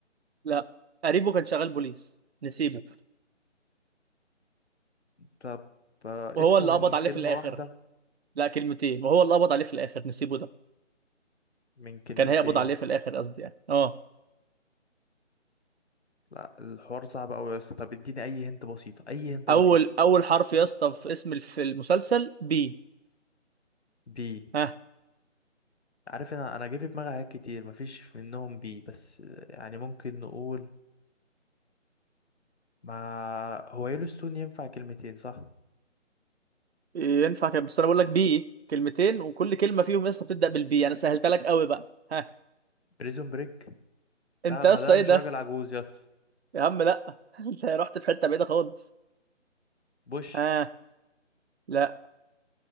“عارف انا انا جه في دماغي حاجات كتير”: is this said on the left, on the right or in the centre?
Left